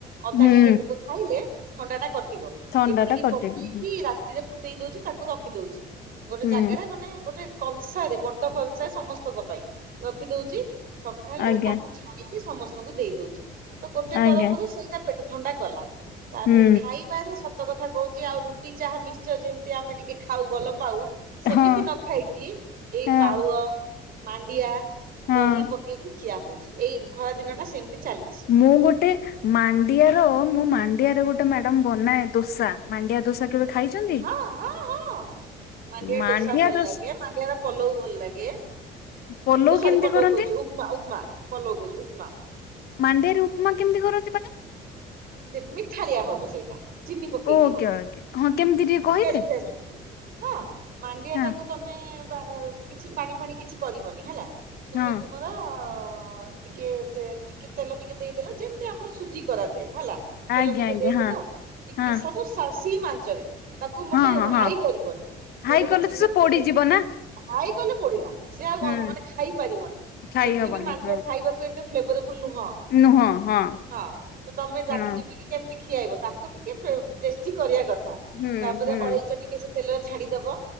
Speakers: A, on the right (about 60°); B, on the left (about 65°).
A: ଅଦା
B: ହୁଁ
A: ଟିକେ ଖାଇଲେ ଥଣ୍ଡା ଟା କଟିବ
B: ଥଣ୍ଡା
A: ଏତିକି
B: ଟା କଟିବ
A: ପକେଇକି ରାତିରେ ଫୁଟେଇ ଦଉଛି ତାକୁ ରଖିଦଉଛି। ଗୋଟେ
B: ହୁଁ
A: ଜାଗାରେ ମାନେ ଗୋଟେ କଂସାରେ ବଡ କଂସା ସମସ୍ତଙ୍କ ପାଇଁ ରଖି ଦଉଛି। ସକାଳେ
B: ଆଜ୍ଞା
A: ତାକୁ ଛାଣିକି ସମସ୍ତଙ୍କୁ ଦେଇ ଦଉଛି ତ ଗୋଟେ
B: ଆଜ୍ଞା
A: ତରଫରୁ ସେଇଟା ପେଟ ଥଣ୍ଡା କଲା ତାପରେ
B: ହୁଁ
A: ଖାଇ ପାରେ ସତ କଥା କହୁଛି ଆଉ ରୁଟି ଚାହା ମିକ୍ସଚର ଯେମିତି ଆମେ ଟିକେ ଖାଉ ଭଲ ପାଉ ସେମିତି
B: ହଁ
A: ନ ଖାଇକି ଏଇ
B: ହଁ
A: ପାଳୁଅ ମାଣ୍ଡିଆ
B: ହଁ
A: ଦହି ପକେଇ ପକେଇକି ଖିଆ ହଉଛି ଏଇ ଖରା ଦିନ ଟା ସେମିତି ଚାଲିଛି
B: ମୁଁ ଗୋଟେ ମାଣ୍ଡିଆର ମୁଁ ମାଣ୍ଡିଆରେ ଗୋଟେ ମ୍ୟାଡାମ ବନାଏ ଦୋସା ମାଣ୍ଡିଆ ଦୋସା କେବେ ଖାଇଛନ୍ତି?
A: ହଁ ହଁ ହଁ ମାଣ୍ଡିଆରେ
B: ମାଣ୍ଡିଆ
A: ଡୋସା, ଭଲ
B: ଦୋସା
A: ଲାଗେ ମାଣ୍ଡିଆର ପଲଉ, ଭଲ ଲାଗେ।
B: ପଲଉ
A: ଓସରି
B: କେମିତି
A: ପଲଉ
B: କରନ୍ତି
A: କହୁଛି ଉପମା ଉପମା ପଲଉ କହୁଛି ଉପମା।
B: ମାଣ୍ଡିରେ ଉପମା କେମିତି କରନ୍ତି ମାନେ
A: ସେ ମିଠାଳିଆ ହବ ସେଇଟା। ଚିନି ପକେଇକି
B: ଓକେ
A: ହବ
B: ହଁ କେମିତି ଟିକେ କହିବେ
A: ପିଆଜ ଫିଆଜ ନୁହଁ ହଁ ମାଣ୍ଡିଆ
B: ହଁ
A: ଟାକୁ ତମେ ମେ ବାହାର କିଛି ପାଣି ଫାଣି କିଛି କରିବନି ହେଲା ତମେ
B: ହଁ
A: ତୁମ ଅ ଟିକେ ଟିକେ ତେଲ ଟିକେ ଦେଇଦେଲା ଯେମିତି ଆମର ସୁଜି କରାଯାଏ ହେଲା। ତେଲ
B: ଆଜ୍ଞା
A: ଟିକେ
B: ଆଜ୍ଞା
A: ଦେଇଦଲ
B: ହଁ
A: ଟିକେ
B: ହଁ
A: ସବୁ ସ ସିମ୍ ଆଞ୍ଚରେ। ତାକୁ ମୋଟେ
B: ହଁ ହଁ ହଁ
A: ହାଇ କରିବନି
B: ହାଇ
A: ତାକୁ ଗୋଟେ
B: କଲେ
A: ଚିନି
B: ତ ସେ
A: ଟିକେ
B: ପୋଡିଯିବ
A: ଦେ
B: ନା
A: ହାଇ କଲେ ପୋଡିଲା ସିଏ ଆଉ
B: ହୁଁ
A: ମାନେ ଖାଇ ପାରିବନି
B: ଖାଇ
A: ସେମିତି
B: ହବନି
A: ବି ମାଣ୍ଡିଆ
B: ହଁ।
A: ଖାଇବା ହୁଏତ ଫ୍ଲେଭରେବଲ ନୁହଁ।
B: ନୁହଁ ହଁ।
A: ହଁ ତ ତମେ
B: ହଁ
A: ଜାଖି ଯୁଖିକି କେମିତି ଖିଆଇବ ତାକୁ ଟିକେ ଫ ଟେଷ୍ଟି କରିବା କଥା।
B: ହୁଁ
A: ତାପରେ
B: ହୁଁ
A: ଅଳେଇଚ ଟିକେ ତେଲରେ ଛାଡିଦବ